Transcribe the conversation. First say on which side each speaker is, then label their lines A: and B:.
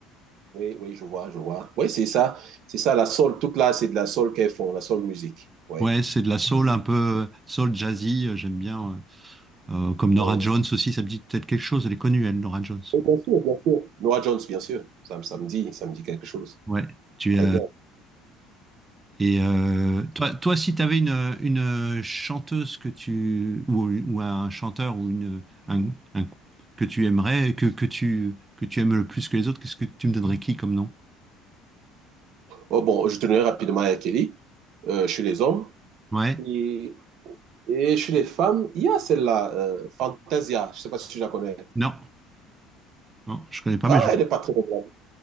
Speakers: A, on the right; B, on the right.
A: oui, oui, je vois, je vois. Oui, c'est ça. C'est ça, la soul. Toute là, c'est de la soul qu'elles font, la soul musique. Oui.
B: Ouais, c'est de la soul
A: C'est.
B: un peu soul jazzy, euh, j'aime bien. euh, euh, comme
A: Oui,
B: Nora Jones aussi, ça me dit peut-être quelque chose. Elle est connue, elle, Nora Jones.
A: Oui, bien sûr, bien sûr. Nora Jones, bien sûr. Ça, me- ça me dit, ça me dit quelque chose.
B: Ouais. Tu
A: Très
B: euh,
A: bien.
B: et euh, toi, toi, si t'avais une une chanteuse que tu ou, ou un chanteur ou une un, un- que tu aimerais que que tu que tu aimes le plus que les autres, qu'est-ce que tu me donnerais qui comme nom?
A: Oh, bon, je tenais rapidement à R. Kelly, euh, chez les hommes.
B: Ouais.
A: Et, et chez les femmes, il y a celle-là, euh, Fantasia. Je sais pas si tu la connais.
B: Non, non, je connais pas,
A: Ah,
B: mais je vais.
A: elle n'est pas très loin. de la-